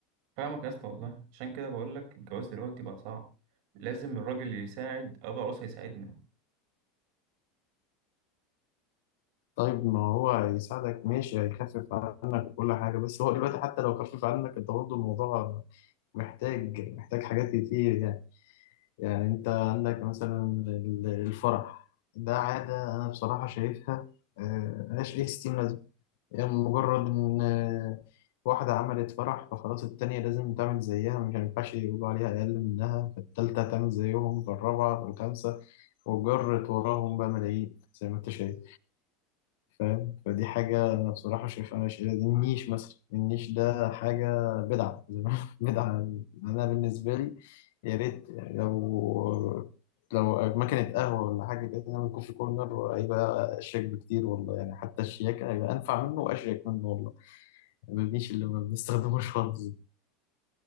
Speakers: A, on the right (about 60°); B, on the left (about 70°).
A: فاهمك يا اسطى والله عشان كده بقول لك الجواز دلوقتي بقى صعب لازم الراجل اللي يساعد ابو العروسه يساعدنا
B: طيب ما هو هيساعدك ماشي هيخفف عنك وكل حاجة بس هو دلوقتي حتى لو خفف عنك انت برضه الموضوع محتاج محتاج حاجات كتير يعني يعني انت عندك مثلا ال- الفرح ده عادة انا بصراحة شايفها آه، ملهاش اي ستين لازمة يعني مجرد ان آه، واحدة عملت فرح فخلاص التانية لازم تعمل زيها مش هينفعش يقولوا عليها اقل منها فالتالتة هتعمل زيهم فالرابعة فالخامسة وجرت وراهم بقى ملايين زي ما انت شايف فاهم فدي حاجة أنا بصراحة شايفها مش دي النيش مثلا النيش ده حاجة بدعة زي ما- <laughs> بدعة أنا بالنسبة لي يا ريت يعني لو لو مكنة قهوة ولا حاجة كده نعمل كوفي كورنر هيبقى أشيك بكتير والله يعني حتى الشياكة هيبقى أنفع منه وأشيك منه والله ما النيش اللي ما بنستخدموش <laughs> خالص ده.